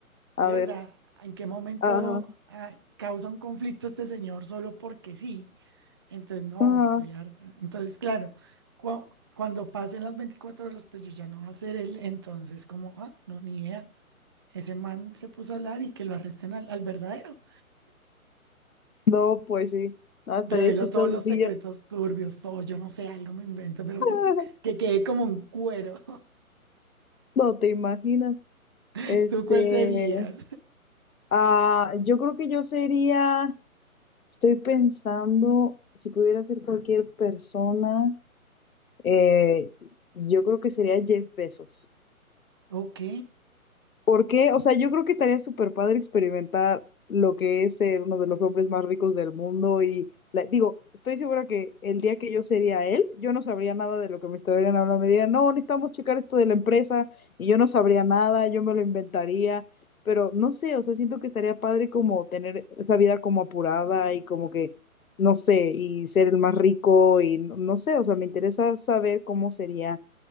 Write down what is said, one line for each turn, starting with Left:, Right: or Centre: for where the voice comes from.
Right: Sí,
Left: A ver.
Right: o sea, ¿en qué momento
Left: Ajá.
Right: ah, causa un conflicto este señor solo porque sí? Entonces, no,
Left: Ajá.
Right: estoy harta. Entonces, claro, cua- cuando pasen las 24 horas, pues yo ya no voy a ser él. Entonces, como, ah, no, ni idea. Ese man se puso a hablar y que lo arresten al, al verdadero.
Left: No, pues sí. No, estaría
Right: Reveló
Left: chistoso
Right: todos los
Left: si
Right: secretos
Left: yo.
Right: turbios, todo, yo no sé, algo me invento, pero
Left: <laughs>
Right: <laughs> que quedé como un cuero.
Left: No te imaginas. Este.
Right: <laughs> ¿Tú cuál serías?
Left: Ah, yo creo que yo sería. Estoy pensando si pudiera ser cualquier persona. Eh, yo creo que sería Jeff Bezos.
Right: Ok,
Left: ¿Por qué? O sea, yo creo que estaría súper padre experimentar lo que es ser uno de los hombres más ricos del mundo y la- digo, estoy segura que el día que yo sería él, yo no sabría nada de lo que me estarían hablando. Me dirían, no, necesitamos checar esto de la empresa y yo no sabría nada, yo me lo inventaría, pero no sé, o sea, siento que estaría padre como tener esa vida como apurada y como que, no sé, y ser el más rico y no no sé, o sea, me interesa saber cómo sería